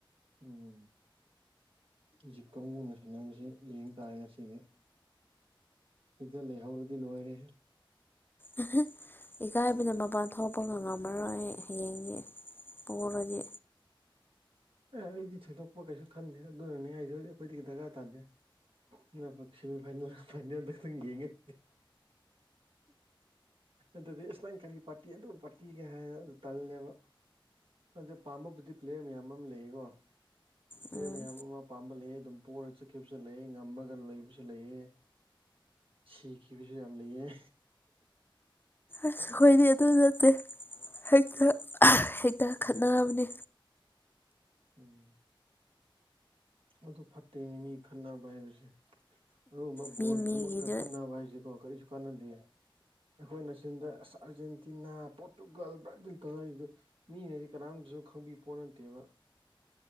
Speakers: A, on the right; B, on the left.
A: ꯎꯝ ꯖꯤꯞ ꯀꯥꯡꯕꯨꯅ ꯁꯥꯟꯅꯕꯁꯦ ꯌꯦꯡ ꯇꯥꯔꯦ ꯉꯁꯤꯗꯤ ꯁꯤꯗ ꯂꯩꯍꯧꯔꯗꯤ ꯂꯣꯏꯔꯦ
B: ꯎ ꯏꯀꯥꯏꯕ ꯅ ꯃ ꯄꯥꯟ ꯊꯣꯛꯄ ꯉꯝꯉꯝꯃꯔꯣꯏ ꯑꯩ ꯍꯌꯦꯡꯗꯤ ꯄꯨꯔꯗꯤ
A: ꯑꯦ ꯑꯩꯗꯤ ꯊꯣꯏꯗꯣꯛꯄ ꯀꯩꯁꯨ ꯈꯟꯗꯦ ꯑꯗꯨꯅꯅꯦ ꯑꯩꯗꯗꯤ ꯑꯩꯈꯣꯏꯗꯒꯤ ꯗꯔꯀꯥꯔ ꯇꯥꯗꯦ ꯅ ꯄꯁꯤꯃꯤ ꯐꯥꯏ ꯐꯅ ꯑꯗꯨ ꯑꯗꯨꯗꯤ ꯑꯦꯁ ꯅꯪ ꯀꯔꯤ ꯄꯥꯔꯇꯤ ꯑꯗꯨꯣ ꯄꯥꯔꯇꯤꯒꯦ ꯍꯥꯏꯅꯣ ꯇꯜꯂꯦꯕ ꯑꯗ ꯄꯥꯝꯕꯕꯨꯗꯤ ꯄ꯭ꯂꯦꯌꯔ ꯃꯌꯥꯝ ꯑꯃ ꯂꯩꯌꯦꯀꯣ ꯗꯔ
B: ꯎꯝ
A: ꯃꯌꯥꯝ ꯑꯃ ꯑꯄꯥꯝꯕ ꯂꯩꯑꯦ ꯑꯗꯨꯝ ꯄꯔꯒ ꯆꯠꯈꯤꯕꯁꯨ ꯂꯩꯑꯦ ꯉꯝꯃꯒ ꯂꯩꯕꯁꯨ ꯂꯩꯑꯦ ꯁꯤꯈꯤ ꯄꯁꯨ ꯌꯥ ꯂꯩꯑꯦ
B: ꯑꯁ ꯈꯣꯏꯗꯤ ꯑꯗꯨ ꯅꯠꯇꯦ ꯍꯦꯛꯇ ꯍꯦꯛꯇ ꯈꯠꯅꯕꯅꯤ
A: ꯎꯝ ꯑꯗꯨ ꯐꯠꯇꯦꯅꯤ ꯃꯤ ꯈꯠꯅꯕ ꯍꯥꯏꯕꯁꯦ ꯑꯗꯨꯒꯨꯝꯕ
B: ꯃꯤ
A: ꯕꯣꯜꯒꯤꯗꯃꯛꯇ
B: ꯃꯤꯒꯤꯗ
A: ꯈꯟꯅꯅꯕ ꯍꯥꯏꯁꯀꯣ ꯀꯔꯤꯁꯨ ꯀꯥꯟꯅꯗꯦ ꯑꯩꯈꯣꯏꯅ ꯁꯤꯝꯗꯁ ꯑꯥꯔꯖꯦꯟꯇꯤꯅꯥ ꯄꯣꯔꯇꯨꯒꯜ ꯕ꯭ꯔꯥꯖꯤꯜ ꯇꯧꯅꯔꯤꯁꯤꯗ ꯃꯤꯅꯗꯤ ꯀꯅꯥꯝꯁꯨ ꯈꯪꯕꯤ ꯄꯣꯠ ꯅꯠꯇꯦꯕ